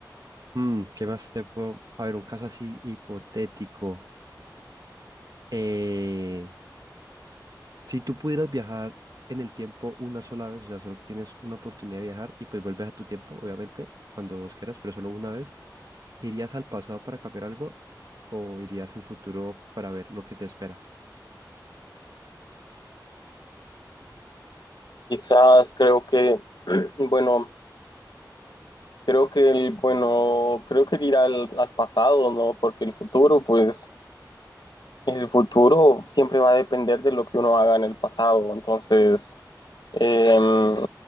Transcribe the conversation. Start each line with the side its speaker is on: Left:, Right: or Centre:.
Right: Mm, ¿qué más te puedo? A ver, un caso así hipotético. Eh, Si tú pudieras viajar en el tiempo una sola vez, o sea, solo tienes una oportunidad de viajar y pues vuelves a tu tiempo, obviamente, cuando vos quieras, pero solo una vez, ¿irías al pasado para cambiar algo o irías al futuro para ver lo que te espera?
Left: Quizás creo que, <clears throat> bueno, Creo que el, bueno, creo que ir al, al pasado, ¿no? Porque el futuro, pues, el futuro siempre va a depender de lo que uno haga en el pasado. Entonces, em,